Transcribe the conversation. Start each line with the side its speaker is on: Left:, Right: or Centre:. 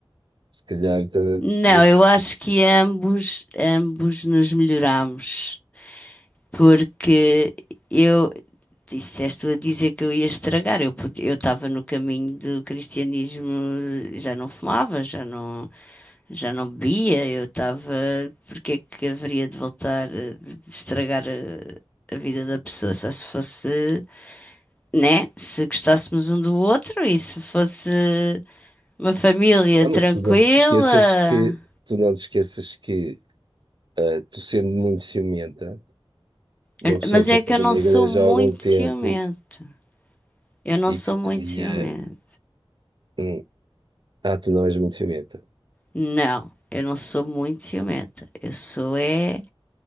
Right: se calhar, ta-
Left: Não,
Right: Deus
Left: eu acho que ambos, ambos nos melhoramos, porque eu, Disseste a dizer que eu ia estragar. Eu pod- eu estava no caminho do cristianismo, já não fumava, já não, já não bebia. Eu estava. Porque é que haveria de voltar a de estragar a, a vida da pessoa? Só se fosse, né? Se gostássemos um do outro e se fosse uma família
Right: Ah,
Left: tranquila.
Right: mas tu não te esqueças que, tu não te esqueças que ah, tu sendo muito ciumenta, uma
Left: Eu-
Right: pessoa
Left: Mas
Right: que
Left: é
Right: já esteja
Left: que eu não
Right: na
Left: sou
Right: igreja
Left: muito
Right: há algum tempo
Left: ciumenta. Eu não
Right: e
Left: sou
Right: que
Left: muito
Right: tenha.
Left: ciumenta.
Right: hum, ah, tu não és muito ciumenta.
Left: Não, eu não sou muito ciumenta. Eu sou é